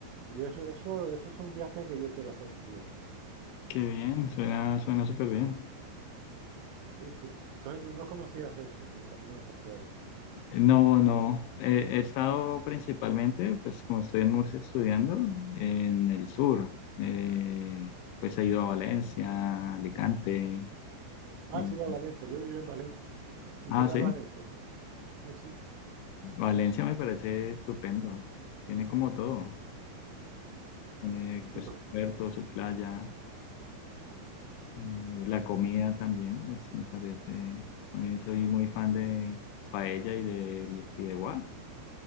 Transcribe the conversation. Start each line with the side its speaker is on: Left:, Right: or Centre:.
Right: Y eso, eso, eso es un viaje que yo quiero hacer un día.
Left: Qué bien, suena, suena súper bien.
Right: Sí, sí. Entonces no, no conocías eso del Camino de Santiago.
Left: Eh, No, no, eh, he estado principalmente, pues como estoy en Murcia estudiando, en el sur. Eh, pues he ido a Valencia, Alicante,
Right: Ah,
Left: Eh,
Right: has ido a Valencia. Yo viví en Valencia. <coughs> ¿Y
Left: ah,
Right: qué tal
Left: sí,
Right: Valencia? Sí, sí.
Left: Valencia me parece estupendo. Tiene como todo. Tiene
Right: Sí,
Left: pues
Right: porque...
Left: su puerto, su playa, eh, la
Right: y-
Left: comida también, pues me parece. A mí soy muy fan de paella y del fideuá.